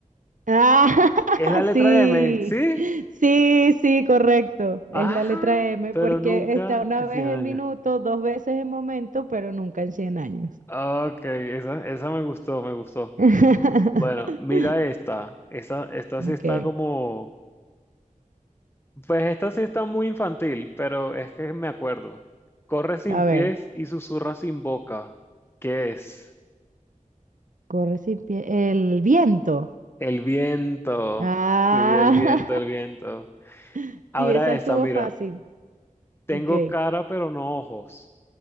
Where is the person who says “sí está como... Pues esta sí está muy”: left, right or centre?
Left